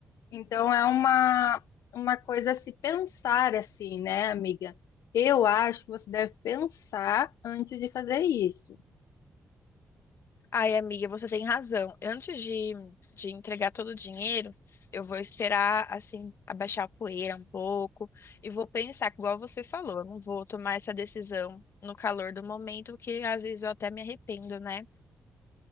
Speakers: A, on the left (about 85°); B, on the left (about 55°).
A: Então é uma, uma coisa a se pensar assim, né, amiga? Eu acho que você deve pensar antes de fazer isso.
B: Ai, amiga, você tem razão. Antes de, de entregar todo o dinheiro, eu vou esperar, assim, abaixar a poeira um pouco e vou pensar, igual você falou, eu não vou tomar essa decisão no calor do momento, que às vezes eu até me arrependo, né?